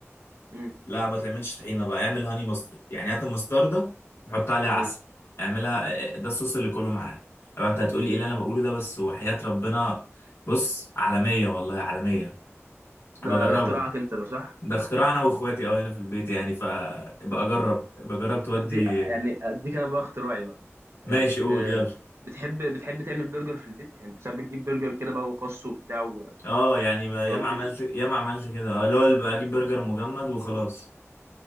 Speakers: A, on the right; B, on the left.
A: مم.
B: لا ما تعملش طحينه بقى اعمل هاني ماسترد يعني هات المستردة وحط عليها عسل
A: آه.
B: اعملها ده الصوص اللي كله معاها طبعا انت هتقولي ايه اللي انا بقوله ده بس وحياة ربنا بص عالمية والله عالمية بجربها
A: ده اختراعك انت ده صح
B: ده اختراع انا واخواتي اه هنا في البيت يعني فابقى
A: طب
B: اجرب ابقى اجرب تودي
A: ادي يعني اديك انا بقى اختراعي بقى آه.
B: ماشي قول
A: آه.
B: يلا
A: بتحب بتحب تعمل برجر في البيت يعني ساعات بتجيب برجر كده بقى وخس وبتاع و...
B: اه يعني ما-
A: و...
B: ياما
A: وت-
B: عملت ياما عملت كده اه اللي هو اللي بجيب برجر مجمد وخلاص